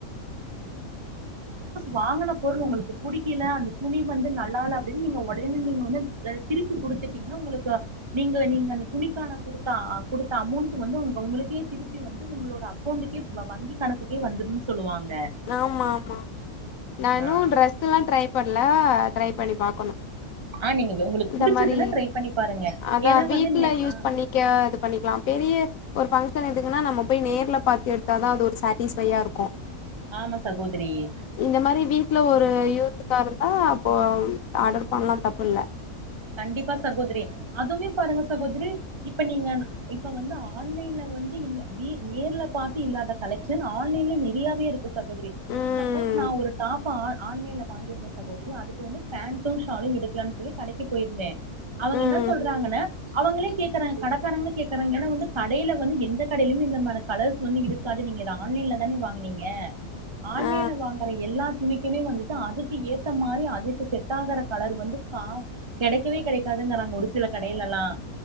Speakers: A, on the right; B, on the left.
A: வா பொருள் உங்களுக்கு பிடிக்கல அந்த துணி வந்து நல்ல அப்படின்னு நீங்க உடனே நீங்க வந்து திருப்பி கொடுத்துட்டீங்கன்னா உங்களுக்கு நீங்க நீங்க அந்த துணிக்கான கொடுத்த கொடுத்த அமௌண்ட் வந்து உங்க உங்களுக்கே திருப்பி வந்து உங்களோட அக்கௌண்ட்டக்கே வங்கி கணக்குக்கே வந்துரும்னு சொல்லுவாங்க
B: ஆமா ஆமா நான்
A: ஆ
B: ும் ட்ிரெஸ் எல்லாம் ட்ரை பண்ணல ட்ரை பண்ணி பாக்கணும்
A: ஆ நீங்க உங்களுக்கு
B: இந்த
A: புடிச்சதுன்னா
B: மாதிரி
A: ட்ரை பண்ணி பாருங்க
B: அதான்
A: ஏன்னா
B: வீட்டுல
A: வந்து நெ
B: யூஸ்
A: ஆ
B: பண்ணிக்க இது பண்ணிக்கலாம் பெரிய ஒரு பபங்க்ஷன் எதுக்குன்னா நம்ம போய் நேர்ல பாத்து எடுத்தாதான் அது ஒரு சாட்டிஸ்ஃபையா இருக்கும்
A: ஆமா சகோதரி
B: இந்த மாதிரி வீட்டுல ஒரு க்க இருந்தா அப்போ ஆர்டர் பண்ணலாம் தப்பு இல்ல
A: கண்டிப்பா சகோதரி அதுமே பாருங்க சகோதரி இப்ப நீங்க இப்ப வந்து ஆன்லைன்ல வந்து நேர்ல பாார்த்து இல்லாத கலெக்ஷன் ஆன்லைன்ல நிறையாவே இருக்கு ி
B: ம்
A: சப்போஸ் நான் ஒரு டாப் ஆன்லைன்ல வாங்கியிருந்த சகோதரி அதுக்கு வந்து பேண்டும் ஷாலும் எடுக்கலாம்னு சொல்லி கடை போயிருந்தே அவங்க
B: ம்
A: என்ன சொல்றாங்கன்ன அவங்களே கேக்குறாங்க கடைக்காரங்களே கேக்குறாங்க ஏன்னா வந்து கடையில வந்து எந்த கடையிலுமே இல்ல மாிர கலர்ஸ் வந்து இருக்காது நீங்க ஆன்லைன்ல தானே வாங்கினீங்க ஆன்லைன்ல
B: ஆ
A: வாங்கற எல்லா என்னைக்குமே வந்துட்டு அதுக்கு ஏத்த மாரி அதுக்கு செட்டாகற கலர் வந்து கா கெடைக்கவே கெடைக்காதுங்குறாங்க ஒரு சில கடையிலலாம்